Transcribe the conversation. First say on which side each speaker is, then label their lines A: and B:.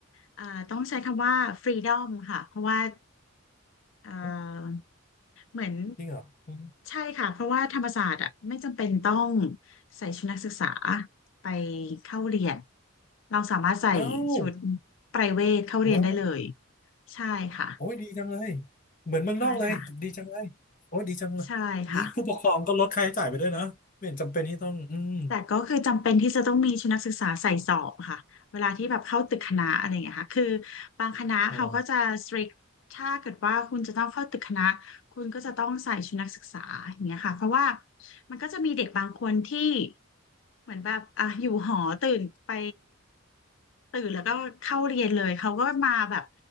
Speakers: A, on the left; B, on the left.
A: เอ่อต้องใช้คำว่าฟรีดอมค่ะเพราะว่าเอ่อ
B: หึ
A: เหมือน
B: จริงเหรออืม
A: ใช่ค่ะเพราะว่าธรรมศาสตร์อ่ะไม่จำเป็นต้องใส่ชุดนักศึกษาไปเข้าเรียนเราสามารถใส่ชุด
B: อ้าว
A: ไพรเวทเข้าเรียนได้เลย
B: แล้ว
A: ใช่ค่ะ
B: โอ้ยดีจังเลยเหมือนเมืองนอกเลยดีจังเลยโอ้ยดีจังเลยนี้ผู้ปกครองก็ลดค่าใช้จ่ายไปด้วยนะไม่เห็นจำเป็นที่ต้องอืม
A: ใช่ค่ะใช่ค่ะ แต่ก็คือจำเป็นที่จะต้องมีชุดนักศึกษาใส่สอบค่ะเวลาที่แบบเข้าตึกคณะอะไรอย่างเงี้ยค่ะคือบางคณะเขาก็จะ
B: อ๋อ
A: strict ถ้าเกิดว่าคุณจะต้องเข้าตึกคณะคุณก็จะต้องใส่ชุดนักศึกษาอย่างเงี้ยค่ะเพราะว่ามันก็จะมีเด็กบางคนที่เหมือนแบบอ่ะอยู่หอตื่นไปตื่นแล้วก็เข้าเรียนเลยเขาก็มาแบบ